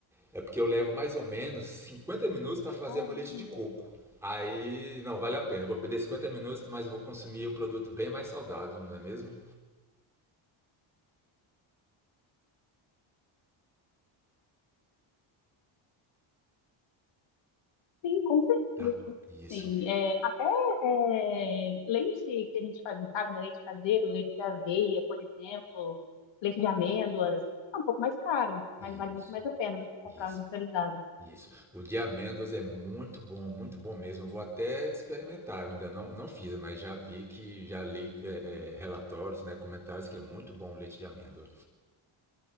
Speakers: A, in the centre; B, on the left.
A: É porque eu levo mais ou menos 50 minutos para fazer
B: caramba.
A: meu leite de coco. Aí, não, vale a pena. Eu vou perder 50 minutos, mas vou consumir um produto bem mais saudável, não é mesmo?
B: Sim, com certeza.
A: Tá. Isso,
B: sim. É, até é, leite que a gente faz em casa, né? Leite caseiro, leite de aveia, por exemplo, leite de amêndoas, é um pouco mais caro, mas
A: isso,
B: vale muito mais a pena do que comprar
A: isso.
B: um industrializado.
A: Isso. O de amêndoas é muito bom, muito bom mesmo. Eu vou até experimentar. Eu ainda não, não fiz, mas já vi que já li é, é, relatórios, né, comentários que é muito bom o leite de amêndoa.